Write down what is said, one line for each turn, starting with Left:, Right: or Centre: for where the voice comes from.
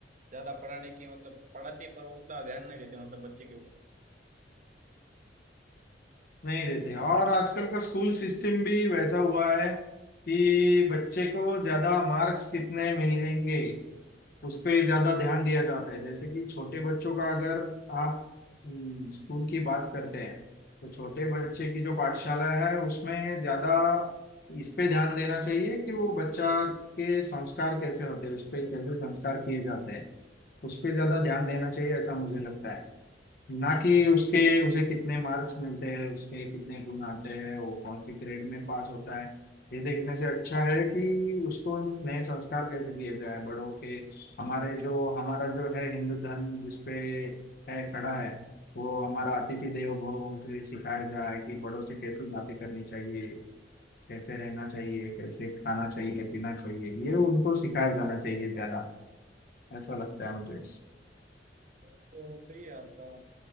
Right: ज्यादा पढ़ाने की मतलब पढ़ाते पर उतना ध्यान नहीं देते मतलब बच्चे के ऊपर
Left: नहीं देते और आजकल का स्कूल सिस्टम भी वैसा हुआ है कि बच्चे को ज्यादा मार्क्स कितने मिलेंगे उस पे ज्यादा ध्यान दिया जाता है जैसे कि छोटे बच्चों का अगर आप हम्म, स्कूल की बात करते हैं तो छोटे बच्चे की जो पाठशाला है उसमें ज्यादा इस पे ध्यान देना चाहिए कि वो बच्चा के संस्कार कैसे होते हैं उस पे कैसे संस्कार किए जाते हैं उस पे ज्यादा ध्यान देना चाहिए ऐसा मुझे लगता है ना कि उसके उसे कितने मार्क्स मिलते हैं उसके कितने गुण आते हैं वो कौन से ग्रेड में पास होता है ये देखने से अच्छा है कि उसको नए संस्कार कैसे किए जाए बड़ों के हमारे जो हमारा जो है हिंदू धर्म जिसपे है खड़ा है वो हमारा अतिथि देवो भव उसे सिखाया जाए कि बड़ों से कैसी बातें करनी चाहिए कैसे रहना चाहिए कैसे खाना चाहिए पीना चाहिए ये उनको सिखाया जाना चाहिए ज्यादा ऐसा लगता है मुझे
Right: तो सही है आपका